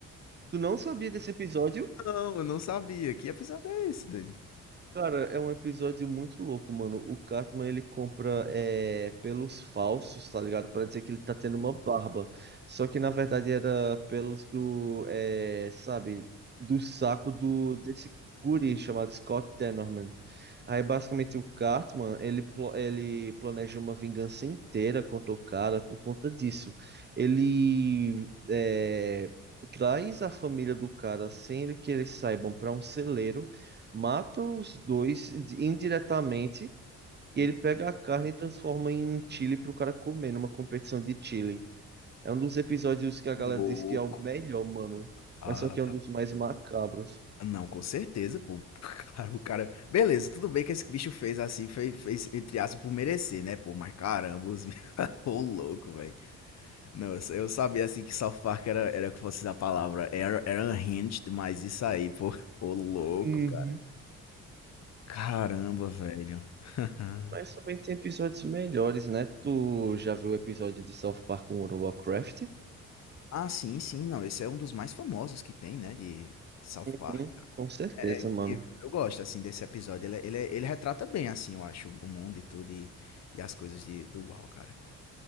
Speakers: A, on the right; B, on the left.
A: Tu não sabia desse episódio?
B: Não, eu não sabia. Que episódio é esse, Dani?
A: Cara, é um episódio muito louco, mano. O Cartman, ele compra é, pelos falsos, tá ligado? Pra dizer que ele tá tendo uma barba. Só que, na verdade, era pelos do, é, sabe, do saco
B: Hum,
A: do desse guri chamado Scott Tenorman. Aí basicamente o Cartman, ele, plo- ele planeja uma vingança inteira contra o cara por conta disso. Ele é, traz a família do cara sem ele que eles saibam para um celeiro, mata os dois de- indiretamente
B: hum.
A: e ele pega a carne e transforma em chili pro cara comer numa competição de chili. É um dos episódios que a
B: Louco.
A: galera diz que é o melhor, mano,
B: Ah,
A: mas só que é um dos mais macabros.
B: não, com certeza, pô. <laughs> Cara, o cara. Beleza, tudo bem que esse bicho fez assim, fez, fez entre aspas por merecer, né, pô? Mas caramba, os bichos. <laughs> Ô, louco, velho. Não, eu, sa- eu sabia assim que South Park era, era que fosse a palavra. Era, era unhinged, mas isso aí, pô. Ô, louco,
A: Uhum.
B: cara. Caramba, velho. <laughs>
A: Mas também tem episódios melhores, né? Tu já viu o episódio de South Park com o Warcraft?
B: Ah, sim, sim. Não, esse é um dos mais famosos que tem, né, de de South Park,
A: Uhum,
B: cara.
A: com certeza,
B: É é incrível.
A: mano.
B: Eu gosto, assim, desse episódio. Ele é, ele é, ele retrata bem, assim, eu acho, o mundo e tudo e e as coisas de do UOL, cara.